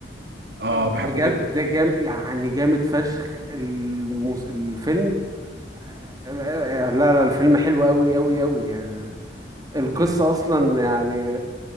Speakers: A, on the right (about 65°); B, on the right (about 20°).
A: آه،
B: بجد
A: بحبه جدا
B: جام يعني جامد فشخ المس... الفيلم لا لا الفيلم حلو قوي قوي قوي يعني القصة
A: ال...
B: أصلا يعني